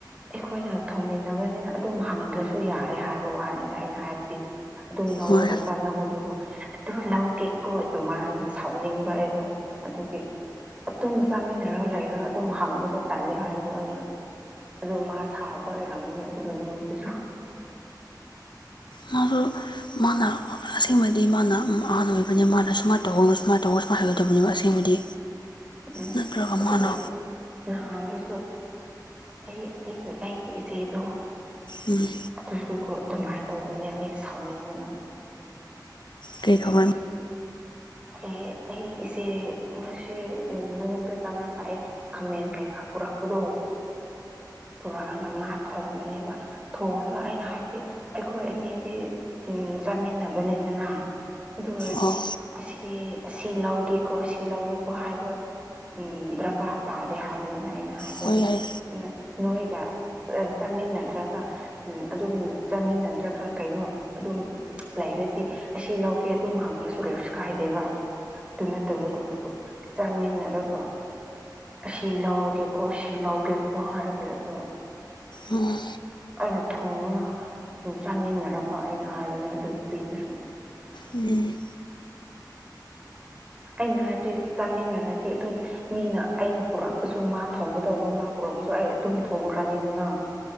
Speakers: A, on the right (about 15°); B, on the left (about 85°).
A: ꯑꯩꯈꯣꯏꯅ ꯊꯣꯝꯃꯤꯟꯅꯕꯅꯤꯅ ꯑꯗꯨꯝ ꯍꯪꯗ꯭ꯔꯁꯨ ꯌꯥꯔꯦ ꯍꯥꯏꯕ ꯋꯥꯅꯤꯗ ꯑꯩꯅ ꯍꯥꯏꯕꯗꯤ ꯑꯗꯨꯝ ꯂꯧꯔꯒ
B: ꯍꯣꯏ
A: ꯆꯥꯟꯅꯕꯗꯨꯕꯨ ꯑꯗꯨ ꯂꯧꯒꯦꯀꯣ ꯑꯗꯨꯃꯥꯏꯅ ꯁꯥꯎꯅꯤꯡꯕ ꯑꯩꯗꯣ ꯑꯗꯨꯒꯤ ꯑꯗꯨꯝ ꯆꯥꯃꯤꯟꯅꯔꯒ ꯂꯩꯔꯒ ꯑꯗꯨꯝ ꯍꯪꯕꯗꯣ ꯇꯜꯂꯦ ꯍꯥꯏꯕꯗꯣ ꯑꯩꯅ ꯑꯗꯣ ꯃꯥ ꯁꯥꯎꯕ ꯑꯣꯏꯔꯝꯒꯅꯤ ꯑꯗꯨꯒꯤ ꯅꯨꯃꯤꯠꯇꯨꯁꯨ <inaudible>
B: ꯃꯥꯗꯣ ꯃꯥꯅ ꯑꯁꯦꯡꯕꯗꯤ ꯃꯥꯅ ꯑꯍꯥꯟꯕ ꯑꯣꯏꯕꯅꯤ ꯃꯥꯅ ꯁꯨꯃꯥꯏꯅ ꯇꯧꯒꯅꯨ ꯁꯨꯃꯥꯏꯅ ꯇꯧꯒꯨ ꯁꯨꯃꯥꯏꯅ ꯍꯥꯏꯒꯗꯕꯅꯤꯕ ꯑꯁꯦꯡꯕꯗꯤ
A: ꯎꯝ
B: ꯅꯠꯇ꯭ꯔꯒ
A: ꯑꯗꯨꯒ
B: ꯃꯅꯥ
A: ꯅꯍꯥꯟꯗꯨꯁꯨ ꯑꯩ ꯑꯩꯒꯤ ꯏꯆꯦꯗꯣ
B: ꯎꯝ
A: ꯑꯗꯨꯁꯨꯀꯣ ꯑꯗꯨꯃꯥꯏꯅ ꯇꯧꯕꯅꯦ ꯑꯩ ꯁꯥꯎꯅꯤꯡꯗꯅ
B: ꯀꯩ ꯀꯧꯕ꯭ꯔꯥ
A: ꯎꯝ ꯑꯩ ꯑꯩ ꯏꯆꯦ ꯉꯁꯤ ꯃꯅꯨꯡꯗ ꯆꯥꯅꯔꯄ ꯑꯩ ꯈꯥꯃꯦꯟ ꯀꯩꯀꯥ ꯄꯨꯔꯛꯄꯗꯣ ꯄꯨꯔꯛꯑꯒ ꯃꯥ ꯊꯣꯡꯕꯅꯦꯕ ꯊꯣꯡꯉꯒ ꯑꯩꯅ ꯍꯧꯖꯤꯛ ꯑꯩꯈꯣꯏ ꯑꯅꯤꯗꯤ ꯆꯥꯃꯤꯟꯅꯕꯅꯤꯗꯅ ꯑꯗꯨ ꯑꯣꯏꯔꯗꯤ
B: ꯑꯣ
A: ꯑꯁꯤ ꯑꯁꯤ ꯂꯧꯒꯦꯀꯣ ꯑꯁꯤ ꯂꯧꯒꯦꯀꯣ ꯍꯥꯏꯕ ꯎꯝ ꯗꯔꯀꯥꯔ ꯇꯥꯗꯦ ꯍꯥꯏꯕꯅꯤꯗꯥ ꯑꯩꯅ ꯍꯥꯏꯕꯗꯤ
B: ꯍꯣꯏ ꯍꯥꯏ
A: ꯅꯣꯏꯒ ꯆꯥꯃꯤꯟꯅꯗ꯭ꯔꯒ ꯎꯝ ꯑꯗꯨꯝ ꯆꯥꯃꯤꯟꯅꯗ꯭ꯔꯒ ꯀꯩꯅꯣ ꯑꯗꯨꯝ ꯂꯩꯔꯗꯤ ꯑꯁꯤ ꯂꯧꯒꯦ ꯑꯗꯨꯝ ꯍꯥꯡꯉꯁꯨ ꯀꯩꯁꯨ ꯀꯥꯏꯗꯦꯕ ꯑꯗꯨ ꯅꯠꯇꯕꯗꯨ ꯆꯥꯛꯃꯤꯟꯅꯔꯒ ꯑꯁꯤ ꯂꯧꯔꯒꯦꯀꯣ ꯁꯤ ꯂꯧꯒꯦꯀꯣ ꯍꯥꯏꯔꯒ ꯂꯩꯕꯣ
B: ꯎꯝ
A: ꯑꯩꯅ ꯊꯣꯡꯉꯅ ꯆꯥꯃꯤꯟꯅꯔꯒ ꯑꯩꯅ ꯍꯥꯏꯕꯅꯦ ꯑꯗꯨ ꯅꯨꯄꯤꯗꯨ ꯁꯨꯝ
B: ꯎꯝ
A: ꯑꯩꯅ ꯍꯥꯏꯕꯗꯤ ꯆꯥꯃꯤꯟꯅꯔꯗꯤ ꯑꯗꯨꯝ ꯃꯤꯅ ꯑꯩꯅ ꯄꯨꯔꯛꯄꯁꯨ ꯃꯥ ꯊꯣꯡꯒꯗꯧꯕ ꯃꯥ ꯄꯨꯔꯛꯄꯁꯨ ꯑꯩ ꯑꯗꯨꯝ ꯊꯣꯡꯈ꯭ꯔꯅꯤꯗꯅ